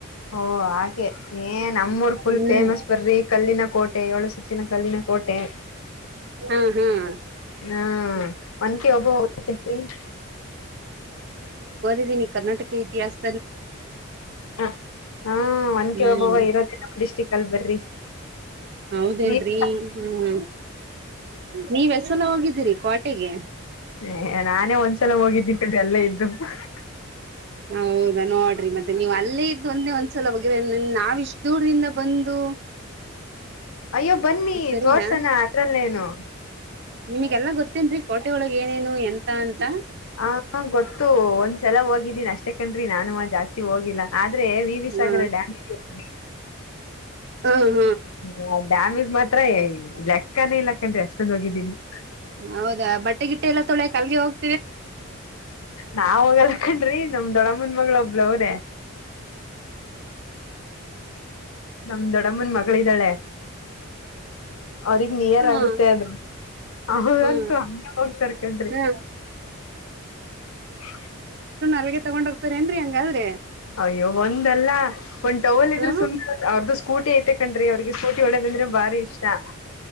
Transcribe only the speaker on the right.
ಹ್ಮ್
ಹ್ಮ್, ಹ್ಮ್. <inaudible>
ಇದೀನಿ, ಕರ್ನಾಟಕ, ಇತಿಹಾಸ? <inaudible>
ಹ್ಮ್
ಹೌದೇನ್ರಿ?
ಹ್ಮ, ನೀವ್ಸಲ, ಹೋಗಿದ? <inaudible> ಇದ್ದಿರಿ, ಕೋಟೆಗೆ? <inaudible>
ಹೌದಾ? ನೋಡ್ರಿ ಮತ್ತೆ ನೀವ್ ಅಲ್ಲೇ ಇದ್ದು. ಒಂದೆ ಒಂದ್ಸಲ, ಓಗಿರಿ, ನಾವ ಇಷ್ಟ ದೂರ್ದಿಂದ ಬಂದು. <unintelligible>
ಇ ಸರಿನಾ
ನಿಮಗೆಲ್ಲಾ, ಗೊತ್ತೇನುರಿ, ಕೋಟೆ ಒಳಗ್ ಏನೇನು. ಎಂತ ಅಂತ? <inaudible>
ಹಾ
ಹಾ.. <inaudible>
ಹೌದಾ! ಬಟ್ಟೆ, ಗಿಟ್ಟ, ಎಲ್ಲಾ, ತೊಳೆ, ಕಲ್ಗೆ ಹೋಗ?.. <inaudible>
ಹಾ
ಹಾ
ಹಾ
ಹಳಗೆ, ತಗೊಂಡ ಹೋಗ್ತಾರೆ? ಅನ್ರಿ ಹಂಗಾದ್ರೆ!... <inaudible>
ಹ